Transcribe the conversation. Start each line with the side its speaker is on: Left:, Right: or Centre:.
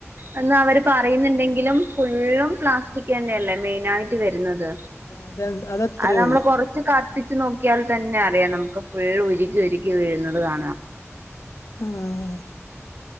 Right: എന്ന് അവര് പറയുന്നുണ്ടെങ്കിലും ഫുള്ളും പ്ലാസ്റ്റിക് തന്നെയല്ലേ മെയിനാ യിട്ട് റ്റ് വരുന്നത്
Left: അത് അതത്രേ
Right: അത് നമ്മള്
Left: ഉള്ളൂ
Right: കോർ ച്ച് കത്തിച്ച് നോക്കിയാൽ തന്നെ അറിയാം നമുക്ക് ഫുൾ ഉരുക്കി ഉരുക്കി വീഴുന്നത് കാണാം
Left: ആഹ്